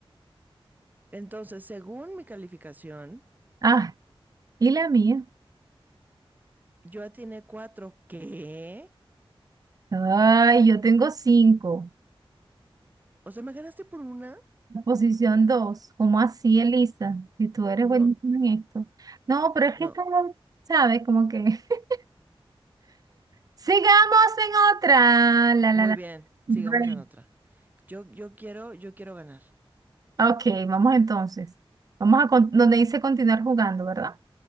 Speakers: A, on the right; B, on the right.
A: Entonces, según mi calificación,
B: ah, y la mía.
A: yo atiné cuatro. ¿Qué?
B: Ay, yo tengo cinco.
A: O sea, ¿me ganaste por una?
B: La Posición dos. ¿Cómo así, Elisa? Si tú eres
A: No,
B: buenísima en esto. No, pero es
A: no.
B: que esta, ¿sabes? Como que. <laughs> Sigamos en otra. La,
A: Muy
B: la, la.
A: bien,
B: Bueno.
A: sigamos en otra. Yo, yo quiero, yo quiero ganar.
B: Ok, vamos entonces. Vamos a con- donde dice continuar jugando, ¿verdad?